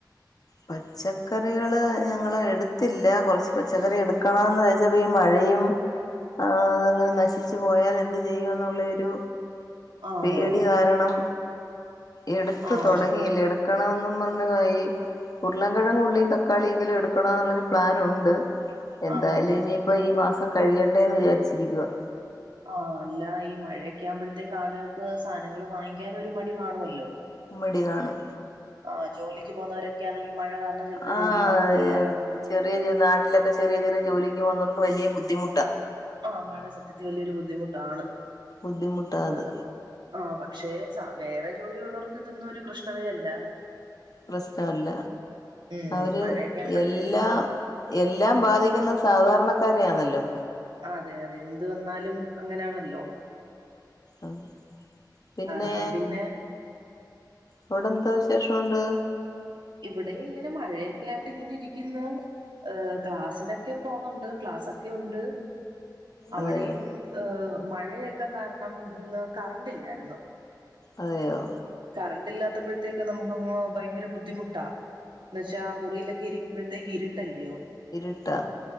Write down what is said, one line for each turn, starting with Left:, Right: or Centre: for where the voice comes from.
Left: പച്ചക്കറികള് ഞങ്ങള് എടുത്തില്ല. കൊറച്ച് പച്ചക്കറി എടുക്കണോന്ന് വെച്ചാപ്പോ ഈ മഴയും ആഹ് അതങ്ങനെ നശിച്ചു പോയാൽ എന്ത് ചെയ്യും എന്നുള്ളേരു
Right: ആന്നോ
Left: പേടി കാരണം എടുത്ത്
Right: ആഹ്
Left: തൊടങ്ങിയില്ല.
Right: അത്
Left: എടു ക്കണമെന്നും പറഞ്ഞ്പയി ഉരുളകിഴങ്ങും ഉള്ളിയും തക്കാളിയെങ്കിലും എടുക്കണം എന്നുള്ളൊരു പ്ലാൻ ഉണ്ട്. എന്തായാലും
Right: ആന്നോ
Left: ഇനി ഇപ്പോ ഈ മാസം കഴിയട്ടെ എന്ന് വിചാരിച്ചിരിക്കുവാ
Right: ആഹ് അല്ല ഈ മഴയൊക്കെ ആവുമ്പഴത്തേക്ക് ആളുകൾക്ക് സാനങ്ങള് വാങ്ങിക്കാനും ഒരു മടി കാണുവല്ലോ.
Left: മടി കാണും
Right: ആഹ്. ജോലിക്ക് പോകുന്നവരൊക്കെയാണെങ്കിൽ മഴ കാരണം ചെലപ്പോം
Left: ആഹ്
Right: ജോലി കാണത്തില്ല.
Left: ചെറിയ ജ് നാട്ടിലൊക്കെ ചെറിയ ചെറിയ ജോലിക്ക് പോന്നവർക്ക് വലിയ ബുദ്ധിമുട്ടാ.
Right: ആഹ്. മഴ സത്യത്തിൽ വല്യൊരു ബുദ്ധിമുട്ടാണ്.
Left: ബുദ്ധിമുട്ടാ അത്
Right: ആഹ് ആഹ് പക്ഷെ സാ വേറെ ജോലി ഉള്ളവർക്ക് ഇതൊന്നും ഒരു പ്രശ്നവേ അല്ല
Left: പ്രശ്നവല്ല
Right: ഉം
Left: അവര്
Right: മഴയൊക്കെ ആവുമ്പോഴത്തേക്ക്
Left: എല്ലാം എല്ലാം ബാധിക്കുന്നത് സാധാരണക്കാരെയാണല്ലോ
Right: അതെ അതെ എന്ത് വന്നാലും അങ്ങനെയാണല്ലോ
Left: അതെ പിന്നേ
Right: ആ, പിന്നെ
Left: അവിടെന്താ വിശേഷം ഉണ്ട്
Right: ഇവിടെ ഇങ്ങനെ മഴയൊക്കെ ആയിട്ട് ഇങ്ങനെ ഇരിക്കുന്നു ഏഹ് ക്ലാസ്സിനൊക്കെ പോകുന്നുണ്ട് ക്ലാസൊക്കെ ഉണ്ട് അവിടെയും
Left: അതെയോ
Right: ഏഹ് മഴയൊക്കെ കാരണം ഇന്ന് കറണ്ട് ഇല്ലായിരുന്നു
Left: അതെയോ
Right: കറണ്ട് ഇല്ലാത്തപ്പഴത്തേക്ക് നമുക്കങ്ങ് ഭയങ്കര ബുദ്ധിമു ട്ടാ എന്താവെച്ചാ മുറിയിലൊക്കെ ഇരിക്കുമ്പഴത്തേക്ക് ഇരുട്ടല്ലയോ
Left: ഇരുട്ടാ